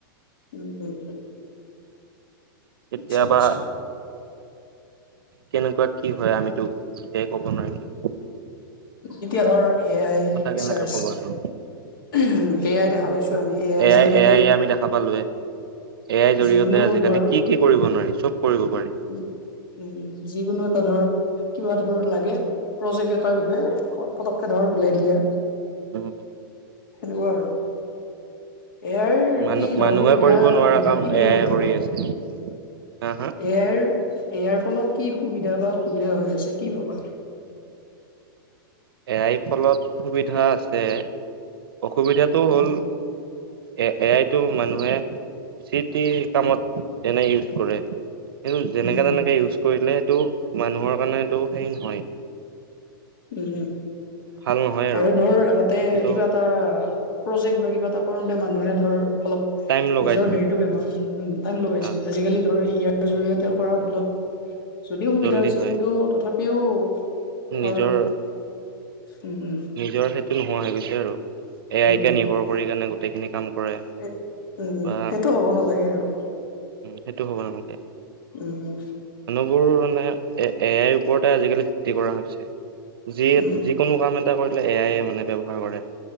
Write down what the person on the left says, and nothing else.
উমম
আচ্ছা আচ্ছা
এতিয়া ধৰ এ আই ফিচাৰ্ছ
এ আই দেখা পাইছো আমি এ আইৰ জৰিয়তে
যিকোনো
ধৰ
উ উম যিকোনো এটা ধৰ কিবা ধৰ লাগে প্ৰজেক্ট এটাৰ বিষয়ে পতককে ধৰ উলিয়াই দিলে
সেনেকুৱা আৰু ইয়াৰ
কি ধৰ
সুবিধা
অসুবিধা
কি
বুলি
ভাবা
ধৰ
এয়াৰ ইয়াৰ ফলত কি সুবিধা বা অসুবিধা হৈ আছে কি ভবা।
উম
উম উম
উম আৰু
ধৰ আগতে
কিবা এটা প্ৰজেক্ট বা কিবা এটা কৰোতে মানুহে ধৰ অলপ
নিজৰ হেৰিতটো ব্যৱহাৰ উ টাইম লগাইছিল
আজিকালি ধৰ ইয়াৰ জৰিয়তে কৰাৰ ফলত যদিও সুবিধা
হৈছে
কিন্তু তথাপিও ধৰ
উম উম
উম
উম
এ উম উম
সেইটো হ'ব নালাগে আৰু
উম
উম